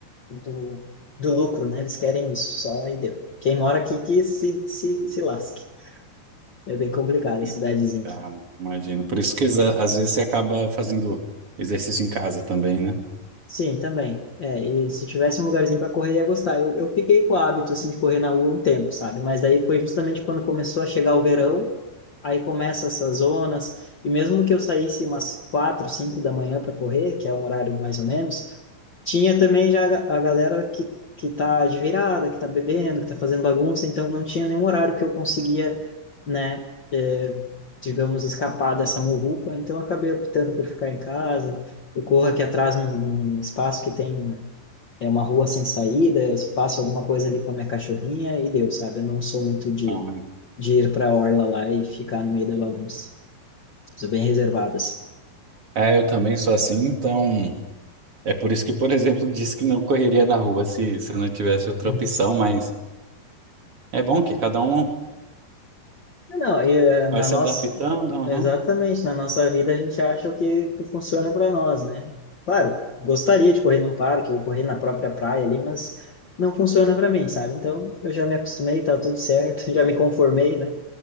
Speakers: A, on the left; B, on the right.
A: do, do lucro, né? Eles querem isso, só e deu. Quem mora aqui que se, se, se lasque. É bem complicado
B: E,
A: a cidadezinha aqui.
B: ah, imagino. Por isso que exa- às vezes você acaba fazendo exercício em casa também, né?
A: Sim, também. É, e se tivesse um lugarzinho para correr, ia gostar. Eu, eu fiquei com o hábito assim de correr na rua um tempo, sabe? Mas daí foi justamente quando começou a chegar o verão. Aí começa essas zonas, e mesmo que eu saísse umas quatro, cinco da manhã para correr, que é um horário mais ou menos, tinha também já a a galera que, que tá de virada, que tá bebendo, que tá fazendo bagunça, então não tinha nenhum horário que eu conseguia, né, eh, digamos, escapar dessa muvuca, então eu acabei optando por ficar em casa. Eu corro aqui atrás num, num espaço que tem é uma rua sem saída, eu faço alguma coisa ali com a minha cachorrinha e deu, sabe? Eu não sou muito de
B: Ah,
A: de ir para a orla lá e ficar no meio da bagunça. Sou bem reservado, assim.
B: É, eu também sou assim, então é por isso que, por exemplo, disse que não correria na rua se, se não tivesse outra
A: Uhum.
B: opção, mas. É bom que cada um
A: Não, e eh, na
B: vai se
A: nossa,
B: adaptando. aham.
A: exatamente, na nossa vida a gente acha o que, que funciona para nós, né? Claro, gostaria de correr num parque ou correr na própria praia ali, mas não funciona para mim, sabe? Então, eu já me acostumei, tá tudo certo, <laughs> já me conformei, né?